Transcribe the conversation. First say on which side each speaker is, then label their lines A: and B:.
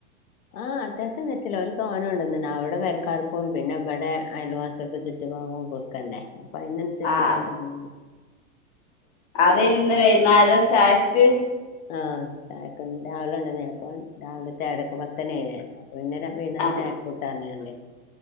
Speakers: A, on the left; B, on the left.
A: ആഹ് അത്യാവശ്യം തെറ്റില്ല. ഓല് തോനെ കൊണ്ടന്ന്ണ്. അവിടെ പെരക്കാർക്കും പിന്നെ ഇവിടെ അയൽവാസികൾക്ക് ചുറ്റ് ഭാഗോ കൊട് <unintelligible> അപ്പൊ അയിനനുസരിച്ച്
B: ആഹ്
A: കൊണ്ട് വന്നീന്നു
B: അതേ ഇന്ന് <unintelligible> ചായക്ക്
A: ആഹ് ചായക്ക്‌ രാവിലെ കൊണ്ട് വന്നെ. അപ്പൊ രാവിലത്തെ പത്തു മണി <unintelligible> അപ്പൊ പിന്നെ വൈകുന്നേരം
B: ആഹ്
A: ചായക്കൂട്ടാ <unintelligible>